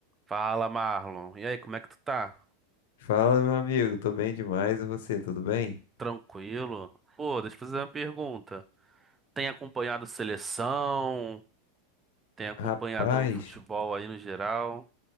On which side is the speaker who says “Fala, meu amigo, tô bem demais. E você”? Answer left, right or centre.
Left